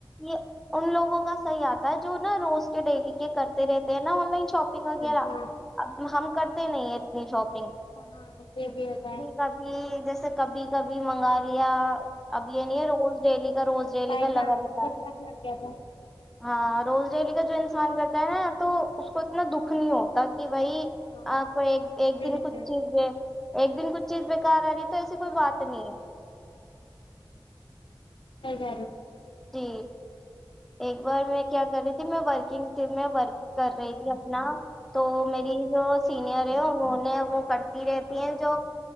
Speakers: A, in the centre; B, on the left.
A: یہ ان لوگوں کا ا ہی آتا ہے جو نا روسٹ ڈیلی کے کرتے رہتے ہیں نا آن لائن شاپنگ وغیرہ
B: ہاں
A: ا ہم کرتے نہیں اتنی شاپ
B: اچھا ہاں یہ بھی ہوتا ہے
A: کبھی جیسے کبھی کبھی منگا لیا اب یہ نہیں ہے روز ڈیلی کا روز ڈیلی
B: بائے
A: کا لگا
B: چان
A: رہتا
B: سگناس
A: ہے
B: لگ گیا تھا
A: ہاں روز ڈیلی کا جو انسان کرتا ہے نا تو اس کو اتنا دکھ نہیں ہوتا وہی
B: ہاں
A: آپ کو ایک
B: صحیح
A: ایک دن
B: کہہ
A: کچھ
B: رہے ہو
A: چیز ایک دن کچھ چیز کاری تو ایسی کوئی بات
B: اچھا
A: نہیں ہے
B: ہزار
A: جی ایک بار میں کیا کری ت میں ورکنگ سے میںک کر رہی تھی اپنا تو میری جو سینئر ہیں انہوں نے وہ کرتی رہتی ہیں جو